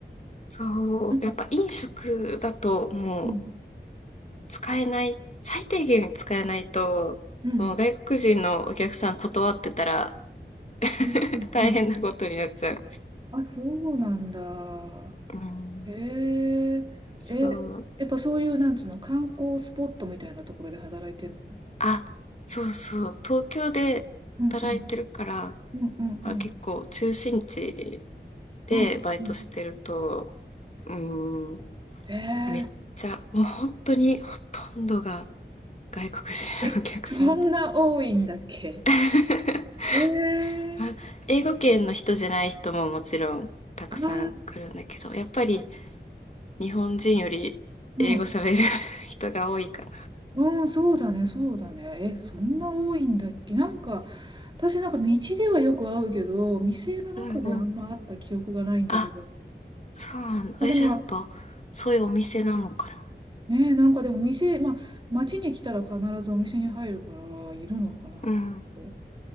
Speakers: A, on the left; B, on the right.
A: そう、
B: う。なんか、
A: やっぱ飲食だともう
B: うん。
A: 使えない、最低限使えないと、
B: うん。
A: もう外国人のお客さん断ってたら <laughs>
B: うんうんうん。
A: 大変なことになっちゃう。
B: あ、そうなんだ。
A: うん
B: へえ。
A: そう、
B: え、やっぱそういう、なんつうの、観光スポットみたいなところで働いてんの
A: あ、そうそう、東京で働いてるから、
B: うんうん。うんうんうん。
A: あ、結構中心地でバイトしてると、
B: うんうん。
A: うーん、
B: へえ。
A: めっちゃ、もう本当にほとんどが外国人のお客さんだ。
B: え、そんな多いんだっけ
A: <laughs>
B: えー
A: あ英語圏の人じゃない人ももちろんたくさん来るんだけど、
B: ああー、
A: やっぱり日本人より英語喋る
B: うん。
A: <laughs> 人が多いか
B: うん、そうだね、そうだね。え、そんな多いんだっけなんか、私なんか道ではよく会うけど、店の中であんま会った記憶がないんだけど。
A: な。うんうん。あ、そうなんだ。
B: まあでも、
A: あれじゃあやっぱ、そういうお店なのかな。
B: ねえ、なんかでも店、まあ、街に来たら必ずお店に入るから、いるのかな、
A: うん。
B: と。